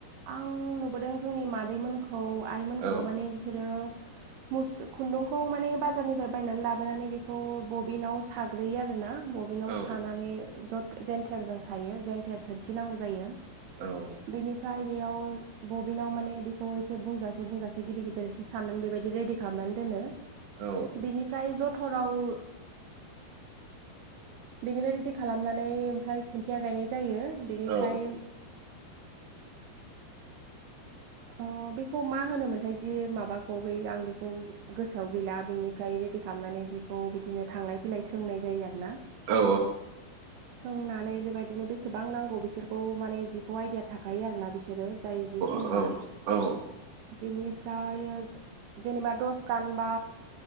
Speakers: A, on the right (about 75°); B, on the right (about 60°).
A: आं नुबोदों जोंनि मादैमोनखौ आइमोनखौ
B: औ
A: माने बिसोरो मुस खुन्दुंखौ माने बाजारनिफ्राय बायनानै लाबोनानै बेखौ बबिनाव साग्रोयो आरोना। बबिनाव
B: औ
A: सानानै ज जेेनथेरजों सायो जेेनथेर सोरखि नांगौ जायो।
B: औ
A: बेनिफ्राय बेयाव बबिनाव माने बेखौ एसे बुंजासे बुंजासे गिदिर गिदिर एसे साननानै बेबायदि रेडि खालामनानै दोनो
B: औ
A: बिनिफ्राय जथराव बेनिफ्राय रेडि खालामनानै ओमफ्राय खुन्थिया गायनाय जायो बेनिफ्राय
B: औ
A: अ बेखौ मा होनोमोनथाय जि माबाखौ बै आं बेखौ गोसोआव गैला बि निफ्राय रेडि खालामनानै जिखौ बिदिनो थांलाय फैलाय सोंनाय जायो आरो ना
B: औ
A: सोंनानै बे बायदिनो बेसेबां नांगौ बिसोरखौ माने जिखौ आइदिया थाखायो आरोना बिसोरो जाय जि सोंग्रा
B: औ औ
A: बेनिफ्राय जेनेबा दसखान बा